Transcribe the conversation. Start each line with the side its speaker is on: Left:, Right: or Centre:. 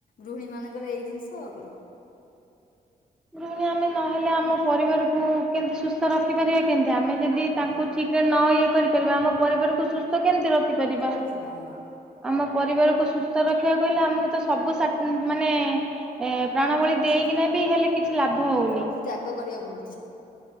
Left: ଗୃହିଣୀ ମାନଙ୍କର ଏଇ ଜିନିଷ ଆଉ କଣ।
Centre: ଗୃହିଣୀ ଆମେ ନହେଲେ ଆମ ପରିବାରକୁ କେମିତି ସୁସ୍ଥ ରଖିପାରିବା କେମତି ଆମେ ଯଦି
Left: ହଁ
Centre: ତାଙ୍କୁ ଠିକ୍ ରେ ନ ଇଏ କରିପାରିବା ଆମ ପରିବାରକୁ ସୁସ୍ଥ କେମିତି ରଖିପାରିବା।
Left: ରଖିବା ହଁ
Centre: ଆମ ପରିବାରକୁ ସୁସ୍ଥ ରଖିବା ହେଲେ ଆମକୁ ତ ସବୁ ସାଟ୍-‌ ମାନେ ଏ- ପ୍ରାଣବଳୀ ଦେଇକିନା
Left: ସବୁ
Centre: ବି ହେଲେ କିଛି ଲାଭ ହଉନି?
Left: ସବୁ ତ୍ୟାଗ କରିବାକୁ ପଡ଼ୁଛି।